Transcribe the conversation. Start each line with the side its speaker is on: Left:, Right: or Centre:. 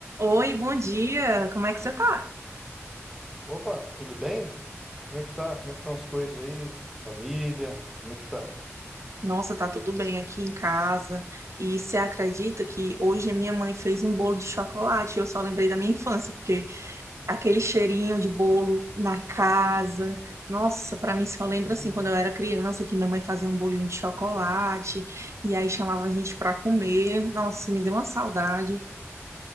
Right: Oi, bom dia. Como é que você tá?
Centre: Opa, tudo bem? Como é que tá? Como é que estão as coisas aí? Família, como é que tá?
Right: Nossa, tá tudo bem aqui em casa. E você acredita que hoje a minha mãe fez um bolo de chocolate? Eu só lembrei da minha infância, porque aquele cheirinho de bolo na casa. Nossa, pra mim só lembra
Centre: Hum.
Right: assim quando eu era criança que minha mãe fazia um bolinho de chocolate e aí chamava a gente pra comer. Nossa, me deu uma saudade.